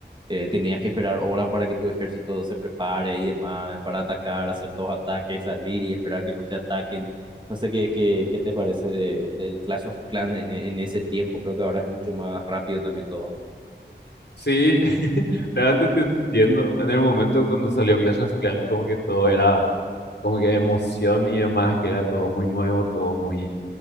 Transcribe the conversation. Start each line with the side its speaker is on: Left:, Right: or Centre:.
Right: eh, tenías que esperar horas para que tu ejército se prepare y demás, para atacar, hacer dos ataques, salir y esperar que no te ataquen. No sé qué, qué, qué te parece de, del Clash of Clans en, e- en ese tiempo, creo que ahora es mucho más rápido también todo.
Left: Sí, <laughs> realmente te entiendo. En el momento cuando salió Clash of Clans, como que todo era como que emoción y demás, que era todo muy nuevo, todo muy